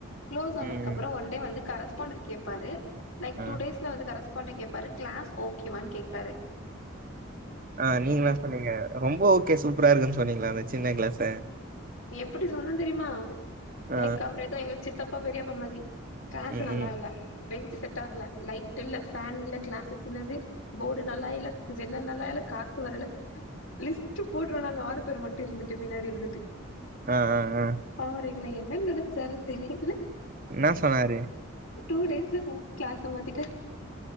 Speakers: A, on the left (about 80°); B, on the right (about 40°).
A: க்ளோஸ் ஆனதுக்கு
B: ம், ம்.
A: அப்புறோ ஒன்டே வந்து கரஸ்பாண்ட் கேப்பாரு லைக்
B: ஆ.
A: டுடேஸ்ல வந்து கரஸ்பாண்ட்ட கேப்பாரு கிளாஸ் ஓகேவானு கேக்றாரு
B: ஆ, நீங்க என்ன சொன்னீங்க? ரொம்ப ஓகே சூப்பரா இருக்குனு சொன்னீங்ளா அந்த சின்ன கிளாஸ
A: எப்படி சொன்னோ தெரியுமா?
B: ஆ.
A: லைக் அவர் எதோ எங்க சித்தப்பா பெரியப்பா மாதி கிளாஸ்
B: ம்,
A: நல்லா
B: ம்.
A: இல்ல பெஞ்ச் செட் ஆகல, லைட் இல்ல, ஃபேன் இல்ல, கிளாஸ் சின்னது போர்டு நல்லா இல்ல, ஜன்னல் நல்லா இல்ல, காத்து வரல, லிஸ்ட் போடுறோ நாங்க ஆறு பேர் மட்டு இருந்துட்டு பின்னாடி இருந்துட்டு
B: ஆ, ஆ, ஆ
A: பாவ அவரு எங்கள என்னனு நெனச்சாருனு தெரில
B: என்னா சொன்னாரு?
A: டூ டேஸ்ல உ கிளாஸ மாத்திட்டாரு